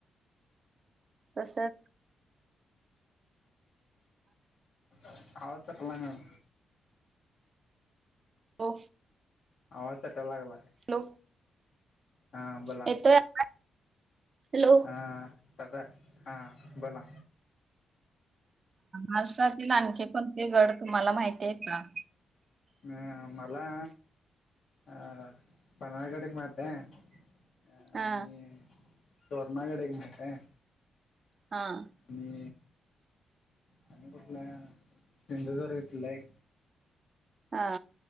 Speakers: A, on the right; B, on the left.
A: तसंच.
B: <unintelligible> मॅडम
A: ओ!
B: आवाज <unintelligible> लागलाय.
A: हॅलो
B: हां बोला
A: येतोये हॅलो.
B: हां टाटा हां बोला.
A: राष्ट्रातील आणखी कोणते गड तुम्हाला माहितीहे कां?
B: हं मला आ पन्हाळगड एक माहिती आहे. अ
A: हा
B: आणि तोरणागड एक माहीत आहे.
A: हां!
B: मी आणि कुठला सिंधुदुर्ग इथला एक.
A: हा!